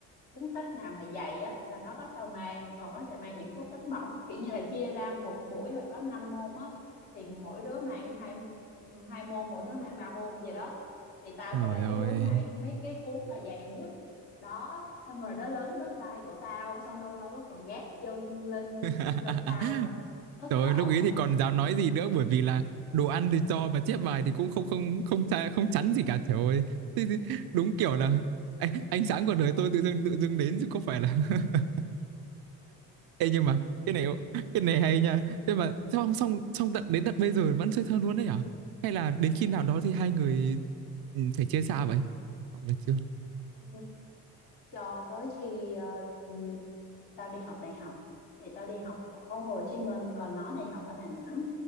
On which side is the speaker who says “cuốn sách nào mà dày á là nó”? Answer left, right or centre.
Left